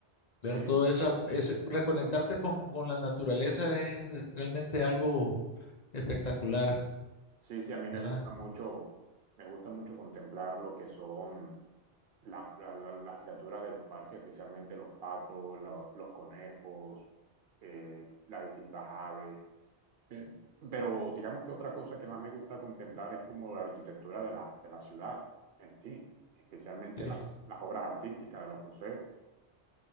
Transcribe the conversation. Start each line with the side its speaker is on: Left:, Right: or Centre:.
Right: Sí,
Left: Ver todo esa, ese- reconectarte con, con la naturaleza es re- realmente algo espectacular.
Right: sí, sí, a mí me
Left: ¿verdad?
Right: gusta mucho, me gusta mucho contemplar lo que son las, la- la- las criaturas de los parques, especialmente los patos, la- los conejos, eh, las distintas aves. Eh, pero digamos que otra cosa que más me gusta contemplar es como la arquitectura de la, de la ciudad en sí, especialmente
Left: Sí,
Right: la- las obras artísticas de los museos.